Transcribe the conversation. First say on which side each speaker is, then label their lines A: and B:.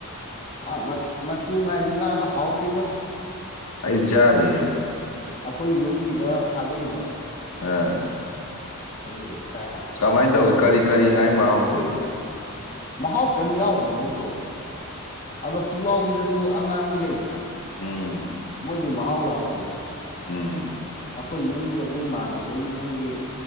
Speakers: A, on the left; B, on the left.
A: ꯑ ꯃꯆꯨ ꯅꯥꯏ ꯕꯤ ꯉꯥꯗꯣ ꯍꯥꯎꯇꯦꯗꯕꯨ
B: ꯑꯩꯗꯤ ꯆꯥꯗ꯭ꯔꯤ
A: ꯑꯩꯈꯣꯏ ꯌꯨꯝꯒꯤꯗ ꯊꯥꯗꯩꯕ
B: ꯎꯝ
A: ꯑꯗꯨꯏꯗ ꯆꯥꯏ ꯍꯥꯎꯇꯦ
B: ꯀꯃꯥꯏꯅ ꯇꯧꯏ ꯀꯔꯤ ꯀꯔꯤ ꯉꯥꯏ ꯃꯍꯥꯎ ꯊꯣꯛꯏ
A: ꯃꯍꯥꯎ ꯀꯔꯤꯝ ꯌꯥꯎꯗꯕꯗꯧꯅ ꯇꯧꯋꯦ ꯑꯗꯣ ꯄꯨꯛꯂꯥꯎꯕꯤꯗꯁꯨ ꯑꯉꯥꯡꯕꯤ ꯂꯩꯗꯅ
B: ꯎꯝ
A: ꯃꯣꯏꯗꯤ ꯃꯍꯥꯎ ꯌꯥꯎꯔꯦꯗꯅ
B: ꯎꯝ
A: ꯑꯩꯈꯣꯏ ꯌꯨꯝꯒꯤ ꯑꯩꯈꯣꯏ ꯏꯃꯥꯟꯅꯕꯣꯏꯒꯤ ꯃꯣꯏꯒꯤ